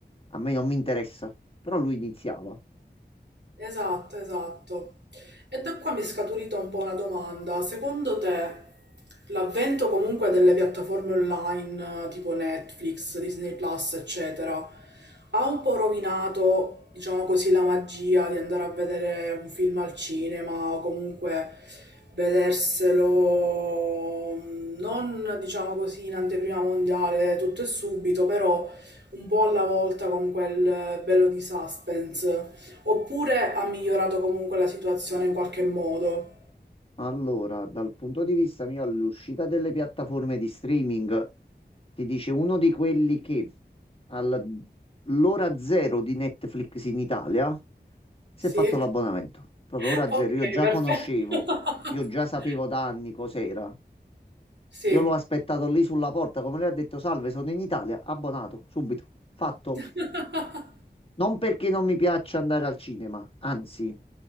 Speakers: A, on the left; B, on the right.
A: a me non mi interessa. Però lui iniziava.
B: Esatto, esatto. E da qua mi è scaturita un po' una domanda. Secondo te l'avvento comunque delle piattaforme online eh, tipo Netflix, Disney Plus, eccetera, ha un po' rovinato, diciamo così, la magia di andare a vedere un film al cinema o comunque vederselo mm, non, diciamo così, in anteprima mondiale tutto e subito, però un po' alla volta con quel bello di suspense. Oppure ha migliorato comunque la situazione in qualche modo?
A: Allora, dal punto di vista mio, all'uscita delle piattaforme di streaming, ti dice uno di quelli che all'ora zero di Netflix in Italia si
B: Sì?
A: è fatto l'abbonamento.
B: <laughs>
A: Proprio ora
B: Ok,
A: zero. Io già
B: perfetto.
A: conoscevo,
B: <laughs>
A: io già sapevo da anni cos'era.
B: Sì.
A: Io l'ho aspettato lì sulla porta, come lui ha detto, salve, sono in Italia, abbonato, subito, fatto.
B: <laughs>
A: Non perché non mi piaccia andare al cinema, anzi,